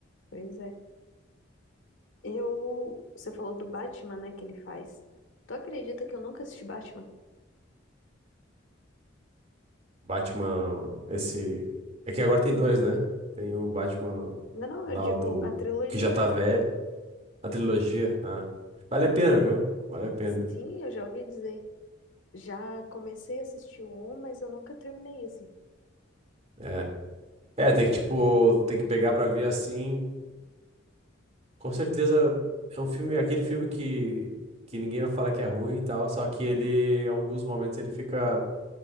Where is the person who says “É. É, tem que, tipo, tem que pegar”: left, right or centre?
Right